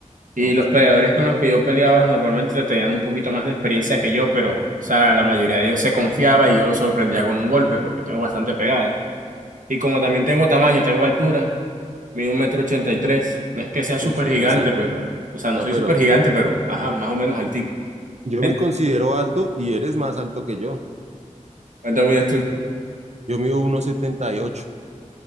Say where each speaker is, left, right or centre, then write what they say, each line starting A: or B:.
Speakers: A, on the right; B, on the right.
A: Y
B: Ok.
A: los peleadores con los que yo peleaba normalmente tenían un poquito más de experiencia que yo, pero, o sea, la mayoría de ellos se confiaba y yo los sorprendía con un golpe porque tengo bastante pegada. Y como también tengo tamaño, tengo altura, mido un metro ochenta y tres. No es que sea súper
B: Uy, sí,
A: gigante,
B: eres alto.
A: pero, o sea,
B: No,
A: no soy
B: pero
A: súper gigante, pero, ajá, más o menos altico.
B: yo
A: En-
B: me considero alto y eres más alto que yo.
A: ¿Cuánto mides tú?
B: Yo mido uno setenta y ocho.